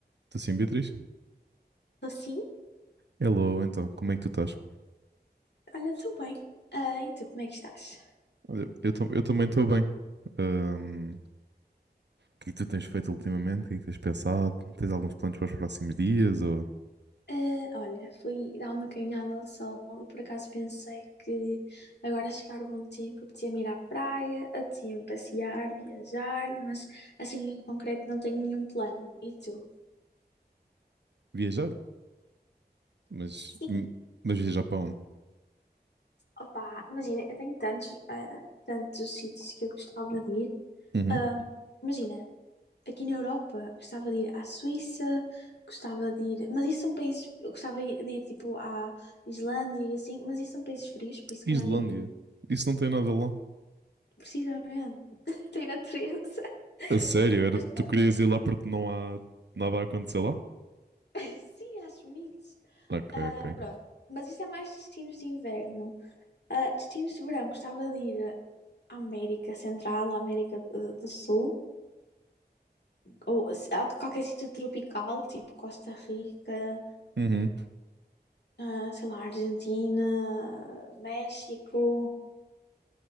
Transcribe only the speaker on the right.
Estou sim, Beatriz?
Hello, então, como é que tu estás?
Olha, eu, tam- eu também estou bem. Ahm, o que é que tu tens feito ultimamente? O que é que tens pensado? Tens alguns planos para os próximos dias? Ou
viajar? Mas,
m- mas viajar para onde?
Uhum.
Islândia.
Isso não tem nada lá.
A sério? Era,
tu querias ir lá porque não há nada a acontecer lá?
Ok, ok.
Uhum.